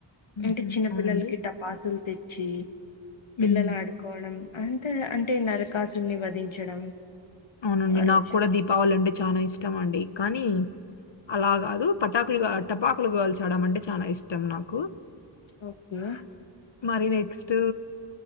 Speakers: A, on the left; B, on the left.
A: హుహు.
B: అంటే చిన్న
A: అవునండి.
B: పిల్లల్కి టపాసులు తెచ్చి
A: హ్మ్.
B: పిల్లలు ఆడు కోణం అంత అంటే నరకాసున్ని వధించడం
A: అవునండి
B: ఆ
A: నాకు
B: రోజు
A: కూడా దీపావళి అంటే చానా ఇష్టం అండి కానీ అలా కాదు పటాకులు టపాకులు గోల్చడం అంటే చాలా ఇష్టం నాకు
B: ఓకే
A: మరి నెక్స్టు